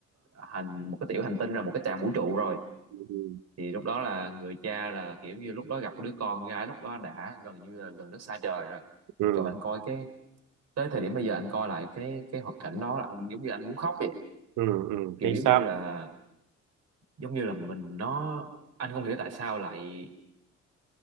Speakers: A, on the right (about 60°); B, on the right (about 85°).
A: hành một cái tiểu hành tinh là một cái trạm vũ trụ rồi
B: ừ
A: thì lúc đó là người cha là kiểu như lúc đó gặp cái đứa con gái lúc đó đã gần như là gần đất xa trời rồi
B: ừ
A: cho anh coi cái tới thời điểm bây giờ anh coi lại cái cái hoạt cảnh đó là anh giống như anh muốn khóc vậy
B: ừ ừ
A: kiểu
B: chính
A: giống
B: xác
A: như là giống như là mình nó anh không hiểu tại sao lại